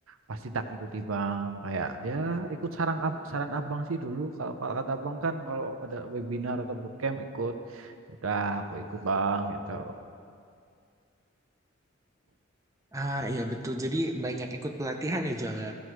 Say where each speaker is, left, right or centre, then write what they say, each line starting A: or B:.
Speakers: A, on the right; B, on the right.
A: pasti tak ikuti bang kayak ya ikut saran ab- saran abang sih dulu kalau kalau kata abang kan kalau ada webinar atau bootcamp ikut udah aku ikut bang gitu
B: Ah, iya betul. Jadi banyak ikut pelatihan ya, Jala.